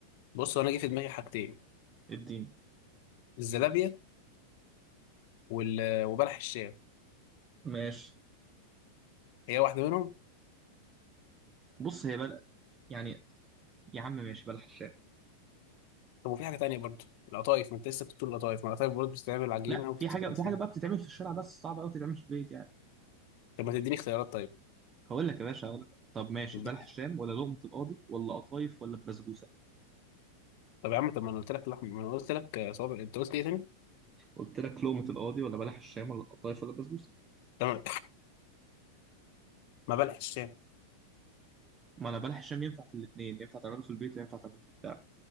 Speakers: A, on the left; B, on the right.
A: بص هو انا جه في دماغي حاجتين
B: اديني
A: الزلابية وال... وبلح الشام
B: ماشي
A: هي واحدة منهم
B: بص هي بل... يعني يا عم ماشي بلح الشارع
A: طب وفي حاجة تانية برضه القطايف ما انت لسه كنت بتقول القطايف ما القطايف برضه بتستعمل عجينة
B: لا
A: وبتت...
B: في حاجة
A: بت-
B: في حاجة بقى بتتعمل في الشارع بس صعبة قوي تتعمل في البيت يعني
A: طب ما تديني اختيارات
B: هقول لك يا باشا هقول لك طب ماشي
A: طيب
B: بلح الشام ولا لقمة القاضي ولا قطايف ولا البسبوسة
A: طب يا عم طب ما انا قلت لك لحم ما انا قلت لك صوابع انت قلت ايه تاني؟
B: قلت لك لقمة القاضي ولا بلح الشام ولا القطايف ولا البسبوسة
A: تمام <laughs> ما بلح الشام
B: ما انا بلح الشام ينفع في الاثنين ينفع تعمله في البيت وينفع تعمله في البتاع